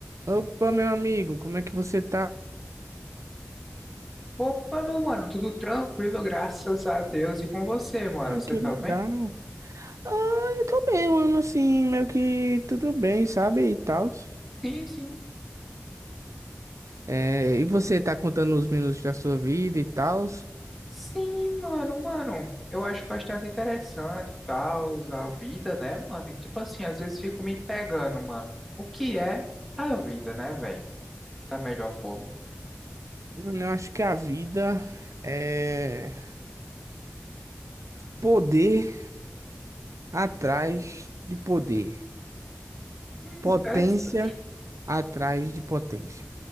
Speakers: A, on the right; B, in the centre.
A: Opa, meu amigo, como é que você tá?
B: Opa, meu mano, tudo tranquilo, graças a Deus. E com você, mano?
A: Ah,
B: Você
A: que
B: tá
A: legal.
B: bem?
A: Ah, eu tô bem, mano, assim, meio que tudo bem, sabe? E tal.
B: Sim, sim.
A: e você tá contando os minutos da sua vida e tal?
B: Sim, mano, mano. Eu acho bastante interessante e tal, a vida, né, mano? E tipo assim, às vezes fico me pegando, mano. O que é a vida, né, velho? Da melhor forma.
A: Eu acho que a vida é poder atrás de poder,
B: Hum,
A: potência
B: interessante.
A: atrás de potência.